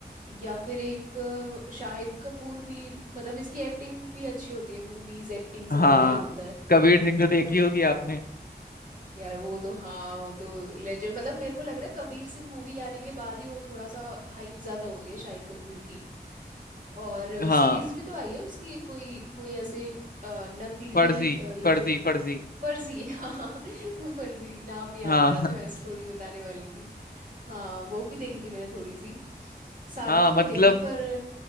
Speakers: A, on the right; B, on the left.
A: या फिर एक अ, शाहिद कपूर भी मतलब इसकी एक्टिंग भी अच्छी होती है मूवीज एक्टिंग सब
B: हाँ
A: बढ़िया ही होता है
B: कबीर सिंह तो देखी
A: अब
B: होगी आपने
A: यार वो तो हाँ वो तो लेजेंड मतलब मेरे को लग रहा है कबीर सिंह मूवी आने के बाद ही वो थोड़ा सा हाइप ज्यादा हो गई है शाहिद कपूर की और
B: हाँ
A: सीरीज भी तो आई है उसकी एक कोई कोई ऐसे अ, नकली
B: फर्जी
A: अ, ये
B: फर्जी
A: जो
B: फर्जी
A: फर्जी <laughs> हाँ फर्जी नाम नहीं याद
B: हाँ
A: आ रहा
B: <laughs>
A: था मैं स्टोरी बताने वाली थी हाँ वो भी देखी थी मैंने थोड़ी सी सारी
B: हाँ
A: तो नहीं
B: मतलब
A: देखी पर